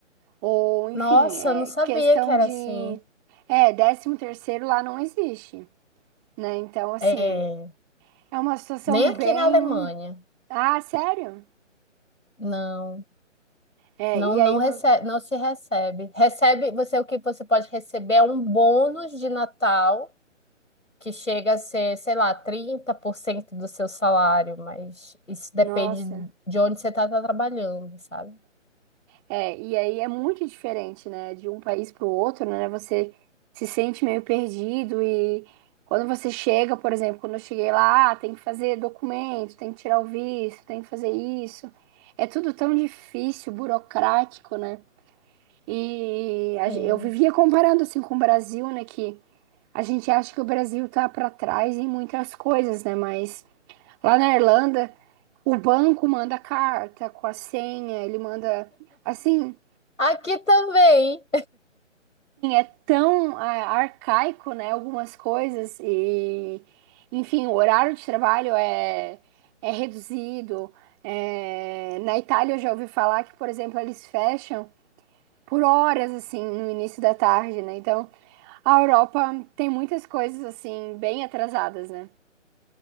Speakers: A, on the right; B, on the left.
A: Ou, enfim,
B: Nossa,
A: é
B: eu não sabia
A: questão
B: que era
A: de.
B: assim.
A: É, décimo terceiro lá não existe, né? Então, assim,
B: É,
A: é uma situação
B: nem aqui
A: bem.
B: na Alemanha.
A: Ah, sério?
B: Não,
A: É,
B: não,
A: e
B: não
A: aí.
B: recebe,
A: vo-
B: não se recebe. Recebe, você o que você pode receber é um bônus de Natal. que chega a ser, sei lá, 30% do seu salário, mas isso depende
A: Nossa.
B: de onde você está trabalhando, sabe?
A: É, e aí é muito diferente, né? De um país para o outro, né? Você se sente meio perdido e quando você chega, por exemplo, quando eu cheguei lá, ah, tem que fazer documento, tem que tirar o visto, tem que fazer isso. É tudo tão difícil, burocrático, né? E a
B: Sim.
A: gen- eu vivia comparando assim com o Brasil, né? Que a gente acha que o Brasil tá para trás em muitas coisas, né? Mas lá na Irlanda, o banco manda carta com a senha, ele manda assim.
B: Aqui também,
A: tão ah, arcaico, né, algumas coisas e, enfim, o horário de trabalho é, é reduzido. É, na Itália eu já ouvi falar que, por exemplo, eles fecham por horas, assim, no início da tarde, né? Então, a Europa tem muitas coisas, assim, bem atrasadas, né?